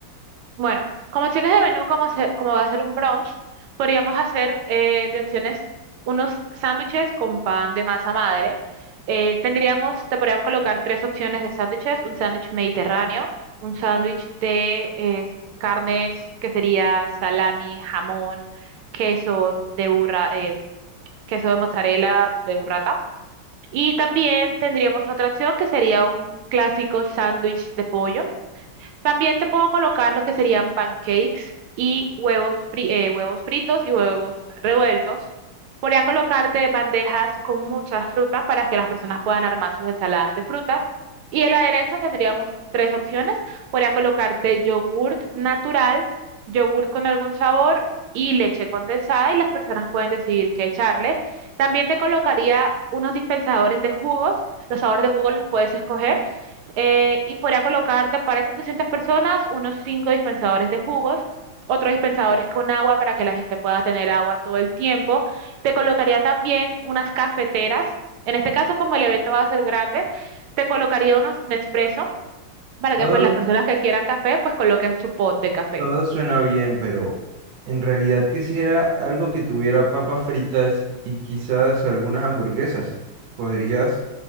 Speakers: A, on the right (about 80°); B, on the right (about 65°).
A: Bueno, como opciones de menú, como, se- como va a ser un brunch, podríamos hacer eh, de opciones unos sándwiches con pan de masa madre. Eh, tendríamos, te podríamos colocar tres opciones de sándwiches, un sándwich mediterráneo, un sándwich de eh, carnes que sería salami, jamón, queso de burra, eh, queso de mozzarella de burrata. Y también tendríamos otra opción que sería un clásico sándwich de pollo. También te puedo colocar lo que serían pancakes y huevos, fri- eh, huevos fritos y huevos revueltos. Podría colocarte bandejas con muchas frutas para que las personas puedan armar sus ensaladas de fruta. Y el aderezo tendríamos tres opciones. Podría colocarte yogurt natural, yogurt con algún sabor y leche condensada y las personas pueden decidir qué echarle. También te colocaría unos dispensadores de jugos. Los sabores de jugos los puedes escoger eh, y podría colocarte para esas 200 personas unos 5 dispensadores de jugos, otros dispensadores con agua para que la gente pueda tener agua todo el tiempo. Te colocaría también unas cafeteras. En este caso, como el evento va a ser grande, te colocaría unos Nespresso para
B: Todo,
A: que pues las personas que quieran café pues coloquen su pot de café.
B: todo suena bien, pero en realidad quisiera algo que tuviera papas fritas y quizás algunas hamburguesas. ¿Podrías